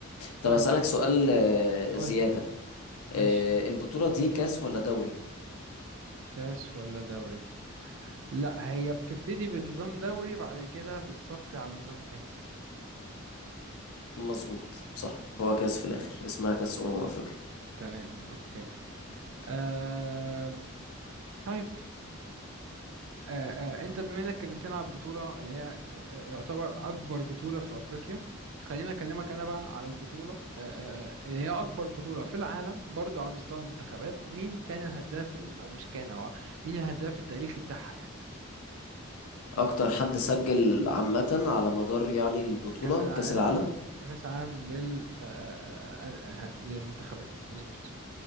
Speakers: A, on the left; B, on the right.
A: طب
B: طيب
A: أسألك سؤال آه،
B: قول
A: زيادة آه،
B: ماشي
A: البطولة دي كاس ولا دوري؟
B: كاس ولا دوري لا هي بتبتدي بنظام دوري بعد كده بتصفي على نظام كاس
A: مظبوط صح هو كاس في الآخر اسمها كاس أمم أفريقيا
B: تمام اوكي آه... طيب آه، آه، انت بما انك كلمتنا على البطوله اللي هي آه، آه، يعتبر اكبر بطوله في افريقيا خليني اكلمك انا بقى على البطوله آه، آه، آه، اللي هي اكبر بطوله في العالم برضو على مستوى المنتخبات مين كان الهداف او مش كان هو مين الهداف التاريخي بتاعها يعني
A: أكتر حد سجل عامة على مدار يعني البطولة
B: كاس العالم
A: كاس العالم
B: كاس العالم لل آه، آه، آه، آه، للمنتخبات مظبوط